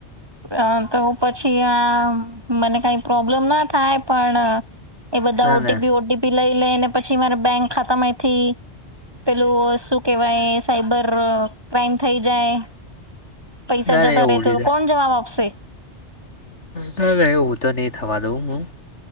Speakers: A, on the right; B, on the left.
A: અ તો પછી આ મને કઈ પ્રોબ્લેમ ના થાય પણ એ બધા
B: ના
A: ઓટીપી
B: ના
A: ઓટીપી લઈ લે ને પછી મારે બેંક ખાતામાંથી પેલું શું કહેવાય સાયબર ક્રાાઈમ થઈ જાય પૈસા
B: ના
A: જતા
B: ના એવું
A: રહેતો
B: લીધે
A: તો કોણ જવાબ આપશે
B: ના ના એવું તો નહી થવા દઉં હું.